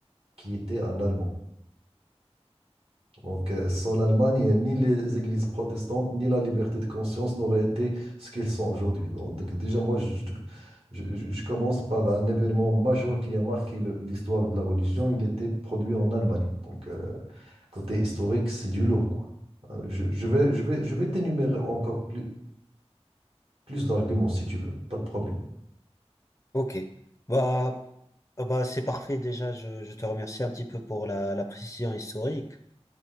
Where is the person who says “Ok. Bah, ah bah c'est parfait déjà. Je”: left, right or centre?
Left